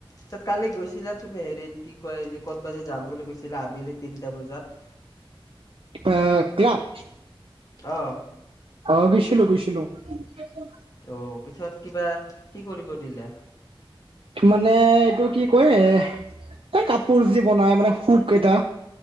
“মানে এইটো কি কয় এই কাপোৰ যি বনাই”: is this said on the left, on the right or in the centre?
Right